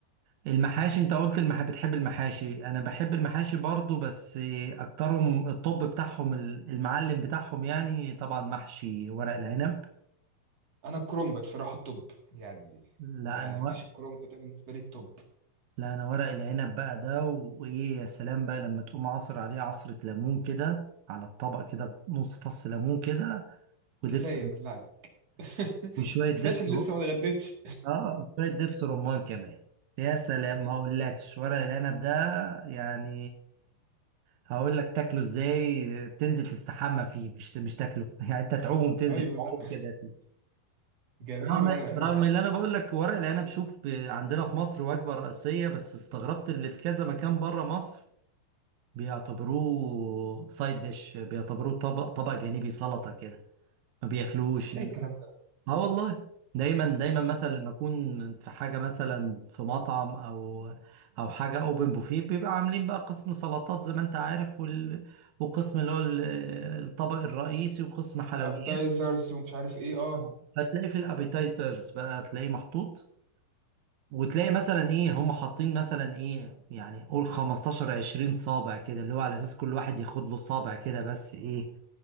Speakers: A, on the right (about 75°); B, on the right (about 45°).
A: المحاشي انت قلت المح... بتحب المحاشي انا بحب المحاشي برضو بس اكترهم الطب بتاعهم ال- المعلم بتاعهم يعني طبعا محشي ورق العنب
B: انا الكرنب بصراحه الطب يعني
A: لا
B: يعني
A: انا ورق
B: محشي الكرنب ده بالنسبه لي الطب
A: لا انا ورق العنب بقى ده و- وايه يا سلام بقى لما تقوم عصر عليه عصرة ليمون كده على الطبق كده نص فص ليمون كده ودبس
B: كفايه بالله عليك <laughs>
A: وشوية دبس
B: كفايه عشان لسه ما اتغديتش
A: اه شوية دبس رمان كمان يا سلام
B: <laughs> يا
A: ما اقولكش
B: سيدي.
A: ورق العنب ده يعني هقول لك تاكله ازاي تنزل تستحمى فيه مش مش تاكله <laughs> يعني انت تعوم تنزل
B: ايوه
A: تعوم
B: لا
A: كده فيه
B: جميل
A: رغم
B: ورق العنب
A: رغم
B: طبعا
A: اللي انا بقول لك ورق العنب شوف ب- عندنا في مصر وجبة رئيسية بس استغربت اللي في كذا مكان بره مصر بيعتبروه سايد ديش بيعتبروه طبق طبق جانبي سلطة كده ما بياكلوش
B: ازاي
A: يعني.
B: الكلام ده
A: اه والله دايما دايما مثلا لما اكون في حاجه مثلا في مطعم او او حاجه اوبن بوفيه بيبقى عاملين بقى قسم سلطات زي ما انت عارف وال... وقسم اللي هو ال- الطبق الرئيسي وقسم حلويات
B: والابيتايزرز ومش عارف ايه اه
A: آه. فتلاقي في الابيتايزرز بقى تلاقيه محطوط وتلاقي مثلا ايه هم حاطين مثلا ايه يعني قول 15 20 صابع كده اللي هو على اساس كل واحد ياخد له صابع كده بس ايه